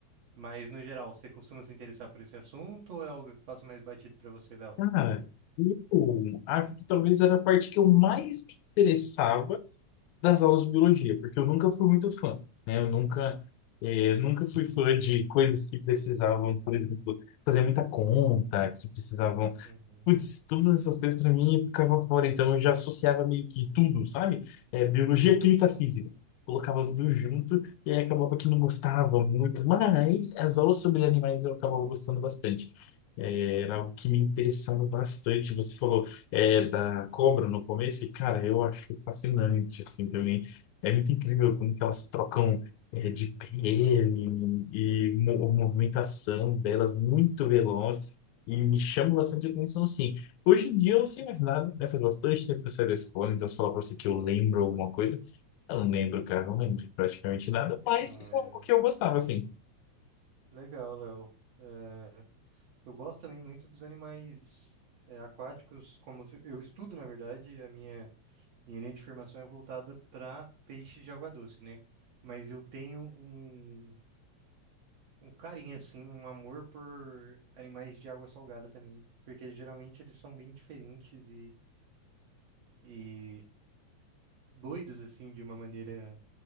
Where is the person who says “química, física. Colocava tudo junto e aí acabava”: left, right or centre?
Left